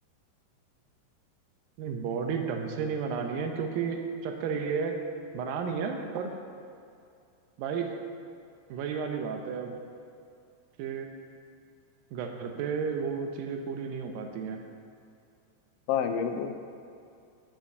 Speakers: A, on the right; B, on the left.
A: नहीं बॉडी ढंग से नहीं बनानी है क्योंकि चक्कर ये है बनानी है पर भाई वही वाली बात है अब कि घर पे वो चीजें पूरी नहीं हो पाती हैं
B: है मेरे को